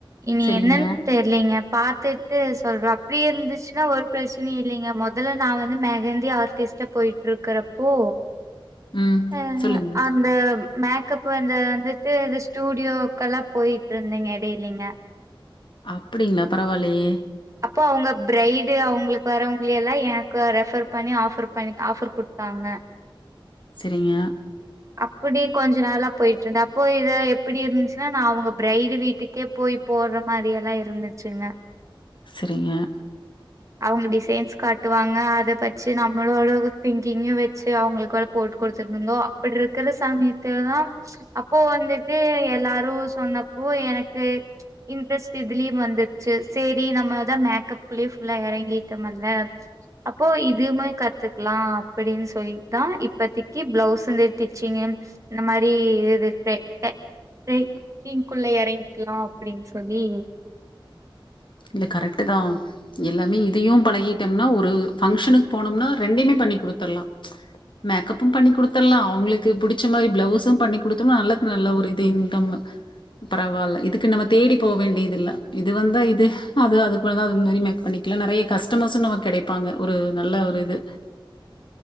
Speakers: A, on the right; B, on the left.
A: இனி
B: சரிங்க
A: என்னன்னு தெர் இல்லைங்க பாத்துட்டு சொல்றா அப்டியே இருந்துச்சுன்னா ஒரு பிரச்சனை இல்லைங்க முதல்ல நா வந்து மெகந்தி ஆர் டிஸ்ட போயிட்டு இருக்கறப்போ
B: ம்
A: அ
B: சொல்லுங்க
A: அந்த மேக்கப் வந்து வந்துட்டு அது ஸ்டூடியோக்கெல்லாம் போயிட்டு இருந்தேங்க இடையிலிங்க
B: அப்டிங்களா பரவால்லயே
A: அப்போ அவங்க பிரரைடு அவங்களுக்கு வரவங்களை எல்லா எனக்கு ரெஃபர் பண்ணி ஆஃபர் பண்ணி ஆஃபர் கொடுத்தாங்க
B: சரிங்க
A: அப்டி கொஞ்சோ நாளா போய்ட்டு இருந்தே அப்போ இத எப்படி இருந்துச்சுன்னா நான் அவங்க பிரைடு வீட்டுக்கே போய் போட்ற மாரில்லாம் இருந்துச்சுங்க
B: சரிங்க
A: அவங்க டிசைன்ஸ் காட்டுவாங்க அத பச்சி நம்ம ஓரளவு திங்கிங்கு வச்சு அவங்களுக்கு வேல போட்டு குடுத்துருவங்கோ அப்டி இருக்கிற சமயத்துல தா அப்போ வந்துட்டு எல்லாரு சொன்னப்போ எனக்கு இன்ட்ரெஸ்ட் இதுலியே வந்துட்ச்சு சரி நா நம்ம தா மேக்கப்க்குள்ளயே புல்லா எறங்கிட்டம்மல்ல அப்போ இதுவுமே கத்துக்கலாம் அப்டின்னு சொல்லிதான் இப்பத்தக்கி ப்ளவுஸ் இந்த ஸ்டிச்சிங்கு இந்த மாரி இது <unintelligible> டைப் டே டீம் குள்ள எறங்கிக்கலா அப்டின்னு சொல்லி
B: இல்ல கரெக்ட்டு தா எல்லாமே இதயும் பழகிட்டம்னா ஒரு பஃங்க்ஷனுக்கு போனோம்னா ரெண்டயுமே பண்ணி குடுத்துடலாம் மேக்கப்பு பண்ணி குடுத்தடலாம் அவுங்களுக்கு புடிச்ச மாரி ப்ளவுஸும் பண்ணி குடுத்தோம்னா நல்ல நல்ல ஒரு இது இன்கம் பரவால்ல இதுக்கு நம்ம தேடி போ வேண்டியது இல்ல இது வந்தா இது அது அதுக்குள்ளதான் அது மாரி மேக் பண்ணிக்கலாம் நறைய கஸ்டமர்ஸும் நமக்கு கெடைப்பாங்க ஒரு நல்ல ஒரு இது